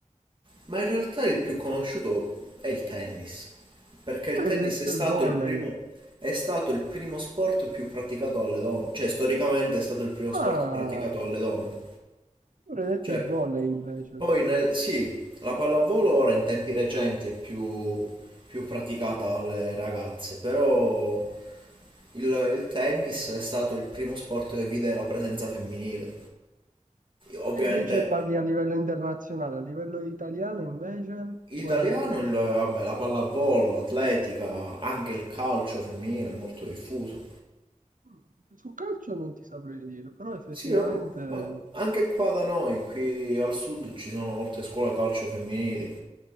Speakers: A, on the right; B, on the right.
A: Ma in realtà il più conosciuto è il tennis, perché
B: Io
A: il tennis
B: avrei detto
A: è stato
B: il volley.
A: il primo, è stato il primo sport più praticato dalle donne, cioè storicamente è stato il primo sport
B: Ah,
A: praticato
B: io
A: dalle donne.
B: avrei detto
A: Cioè,
B: il volley invece.
A: poi nel, sì, la pallavolo ora in tempi recenti è più, più praticata dalle ragazze, però il, il tennis è stato il primo sport che vide la presenza femminile. Ovviamente
B: Ah, tu dici parli a livello internazionale, a livello italiano invece,
A: Italiano,
B: qual è?
A: il, vabbè, la pallavolo, l'atletica, anche il calcio femminile è molto diffuso.
B: Mm, Sul calcio non ti saprei dire, però effettivamente
A: Sì, vabb- ma anche qua da noi, qui al sud, ci sono molte scuole calcio femminili,